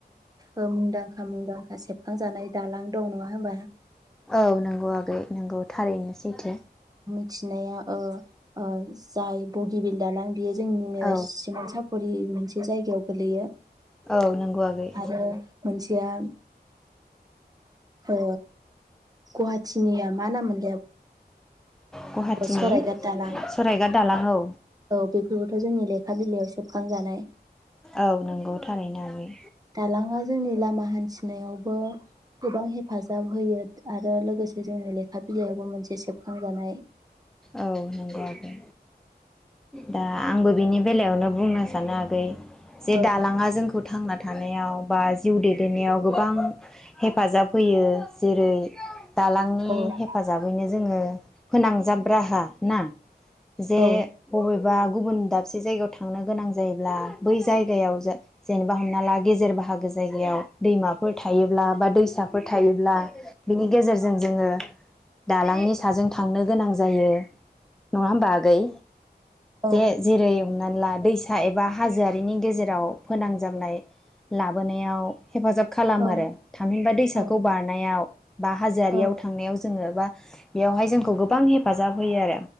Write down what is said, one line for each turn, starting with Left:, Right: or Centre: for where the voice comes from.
Right: ओ मुंदांखा मुंदांखा सेबखांजानाय दालां दं नङा हबा
Centre: औ नंगौ आगै नंगौ थारैनोसैथो
Right: नाया ओ ओ जाय बगिबिल दालां बियो जोंनिनो
Centre: औ
Right: सिमोन साफरि मोनसे जायगायाव गोलैयो
Centre: औ नंगौ आगै
Right: आरो मोनसे या अ गुहाथिनि आ मा नाममोन
Centre: गुवाहाटीनि
Right: सरायघाट दालां
Centre: सरायगाद दालां औ
Right: औ बेफोरबोथ' जोंनि लेखा बिलाइयाव सेबखांजानाय
Centre: औ नंगौ थारैनो आगै
Right: दालाङा जोंनि लामा हान्थिनायावबो गोबां हे हेफाजाब होयो आरो लोगोसे जों लेखा बिलायावबो सेबखांजानाय
Centre: औ नंगौ आगै दा आंबो बिनि बेलायावनो बुंनो सानो आगै जे
Right: औ
Centre: दालाङा जोंखौ थांना थानायाव बा जिउ दैदेननायाव गोबां हेफाजाब होयो जेरै दालांनि
Right: औ
Centre: हेफाजाबैनो जोङो फोनां राहा ना जे
Right: औ
Centre: बबेबा गुबुन दा साबसे जायगायाव थांनोगोनां जायो ब्ला बै जायगायाव जेनेबा हमना ला गेजेर बाहागो जायगायाव दैमाफोर थायोब्ला बा दैसाफोर थायोब्ला बिनि गेजेरजों जोङो दालांनि साजों थांनो गोनां जायो नङा होमबा आगै
Right: औ
Centre: जे जेरै हमनानै ला दैसा एबा हाजोआरिनि गेजेराव फोनांजाबनाय लाबोनायाव हेफाजाब खालामो
Right: औ
Centre: आरो थामहिनबा दैसाखौ
Right: औ
Centre: बारनायाव बा हाजोआारियाव
Right: औ
Centre: थांनायाव जोङो बा बेयावहाय जोंखौ गोबां हेप हेफाजाब होयो आरो